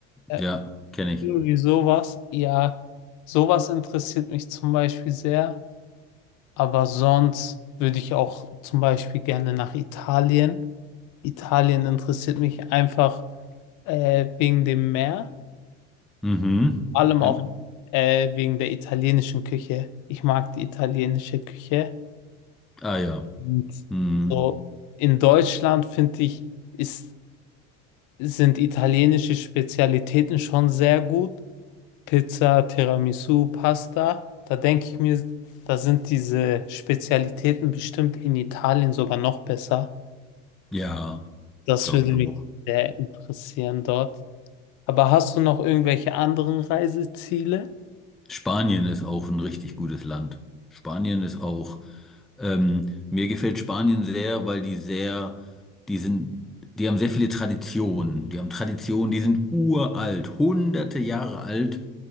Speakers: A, on the left; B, in the centre.
A: Äh,
B: Ja, kenne ich.
A: Irgendwie sowas, ja, sowas interessiert mich zum Beispiel sehr, aber sonst würde ich auch zum Beispiel gerne nach Italien. Italien interessiert mich einfach äh, wegen dem Meer,
B: Mhm.
A: vor allem
B: Ja.
A: auch äh, wegen der italienischen Küche. Ich mag die italienische Küche.
B: Ah ja.
A: Und
B: Mhm.
A: so in Deutschland finde ich, ist, sind italienische Spezialitäten schon sehr gut, Pizza, Tiramisu, Pasta, da denke ich mir, da sind diese Spezialitäten bestimmt in Italien sogar noch besser.
B: Ja,
A: Das
B: glaube
A: würde
B: ich
A: mich
B: auch.
A: sehr interessieren dort. Aber hast du noch irgendwelche anderen Reiseziele?
B: Spanien ist auch ein richtig gutes Land. Spanien ist auch. Ähm, mir gefällt Spanien sehr, weil die sehr, die sind, die haben sehr viele Traditionen. Die haben Traditionen, die sind uralt, hunderte Jahre alt.